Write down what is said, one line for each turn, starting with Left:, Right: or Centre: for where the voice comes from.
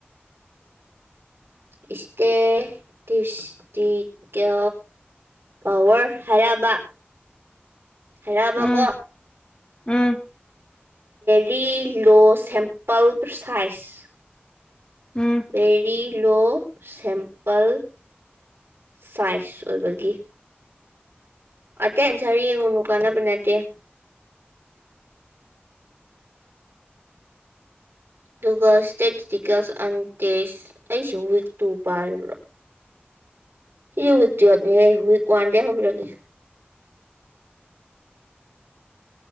Right: ꯎ ꯏꯁꯇꯦ ꯇꯨꯁꯇ ꯀꯣ ꯄꯋꯥꯔ ꯍꯥꯏꯔꯕ ꯍꯦꯔꯕ
Left: ꯎꯝ
Right: ꯀꯦꯔꯤ
Left: ꯎꯝ
Right: ꯔꯤ ꯂꯣ ꯁꯦꯝꯄꯄꯜ ꯄ ꯁꯥꯏꯖ
Left: ꯎꯝ
Right: ꯕꯦꯔꯤ ꯂꯣ ꯁꯤꯝꯄꯜ ꯁꯥꯏꯖ ꯑꯣꯏꯕꯒꯤ ꯑꯇꯩ ꯑꯟꯁꯔ ꯌꯦꯡꯉꯨꯅꯨ ꯀꯥꯟꯅꯕ ꯅꯠꯇꯦ ꯑꯗꯨꯒ ꯏꯁꯇꯦꯇꯤꯁꯇꯤꯀꯦꯜꯁ ꯑꯦꯟ ꯇꯦꯁ ꯑꯩꯁꯨ ꯋꯤꯛ ꯇꯨ ꯄꯥꯔꯤꯕ꯭ꯔꯥ ꯁꯤ ꯎꯏꯛ ꯇ ꯎꯏꯛ ꯋꯥꯟꯗ ꯍ ꯂꯒꯦ <inaudible>